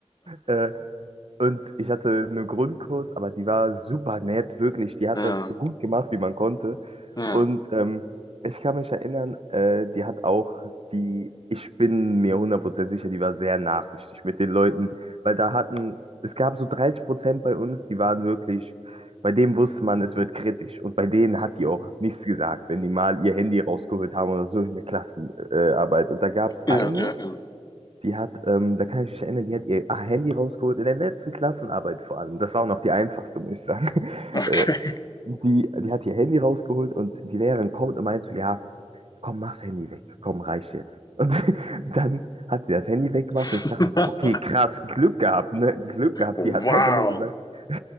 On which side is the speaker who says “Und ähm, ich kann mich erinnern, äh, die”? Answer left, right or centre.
Right